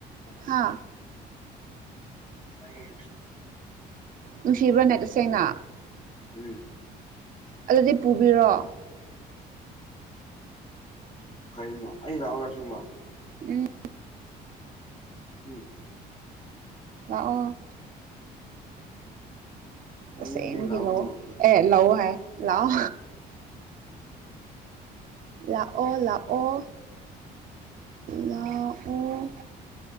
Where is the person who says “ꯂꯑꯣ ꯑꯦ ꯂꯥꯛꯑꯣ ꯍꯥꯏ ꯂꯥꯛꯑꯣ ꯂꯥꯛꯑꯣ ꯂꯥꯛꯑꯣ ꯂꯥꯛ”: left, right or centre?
Right